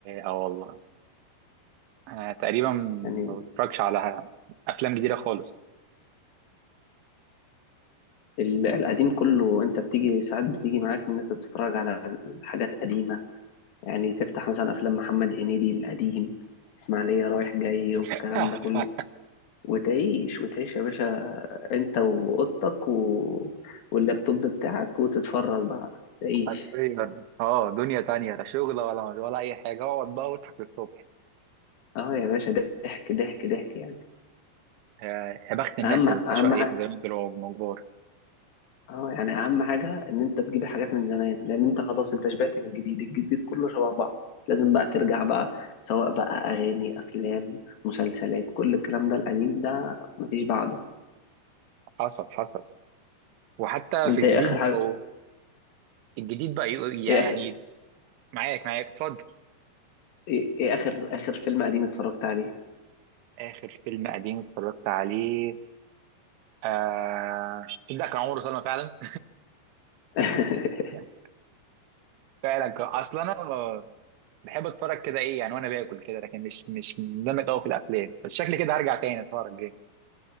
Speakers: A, on the right; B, on the left.
A: اه والله انا تقريبا
B: يعني
A: ما بتفرجش على افلام جديده خالص
B: ال- القديم كله انت بتيجي ساعات بتيجي معاك ان انت تتفرج على حاجات قديمة يعني تفتح مثلا افلام محمد هنيدي القديم اسماعيلية رايح جاي والكلام
A: <laughs>
B: ده كله وتعيش وتعيش يا باشا انت واوضتك و... واللابتوب بتاعك وتتفرج بقى تعيش
A: حرفيا اه دنيا تانية لا شغل ولا ولا اي حاجه اقعد بقى واضحك للصبح
B: اه يا باشا ضحك ضحك ضحك يعني
A: يا يا بخت الناس
B: اهم
A: اللي
B: اهم
A: عاشوا ايام زمان دول وهم كبار
B: اه يعني اهم حاجه ان انت تجيب حاجات من زمان لان انت خلاص انت شبعت من الجديد الجديد كله شبه بعض لازم بقى ترجع بقى سواء بقى اغاني افلام مسلسلات كل الكلام ده القديم ده مفيش بعده
A: حصل حصل وحتى
B: انت
A: في الجديد
B: ايه اخر حاجه
A: بقوا الجديد بقى يقول- يعني
B: ايه اخر
A: معاك معاك اتفضل
B: ايه إيه اخر اخر فيلم قديم اتفرجت عليه
A: اخر فيلم قديم اتفرجت عليه آه تصدق كان عمره سلمى فعلا
B: <laughs>
A: <laughs> فعلا كان- اصل انا آه، بحب اتفرج كده ايه يعني وانا باكل كده لكن مش مش مندمج قوي في الافلام بس شكلي كده هرجع تاني اتفرج جامد